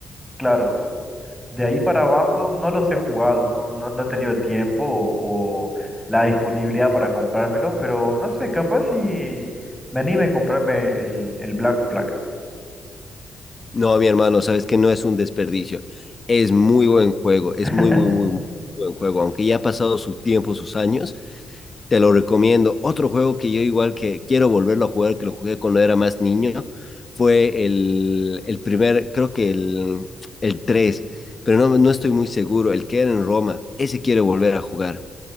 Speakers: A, in the centre; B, on the left.
A: Claro, de ahí para abajo no los he jugado, no, no, no he tenido el tiempo o, o la disponibilidad para comprármelos, pero no sé, capaz si me anime a comprarme el, el Black Flag.
B: No, mi hermano, sabes que no es un desperdicio. Es muy buen juego, es
A: <laughs>
B: muy, muy, muy buen juego. Aunque ya ha pasado su tiempo, sus años, te lo recomiendo. Otro juego que yo igual que quiero volverlo a jugar, que lo jugué cuando era más niño, fue el, el primer, creo que el, el 3 pero no, no estoy muy seguro, el que era en Roma, ese quiero volver a jugar.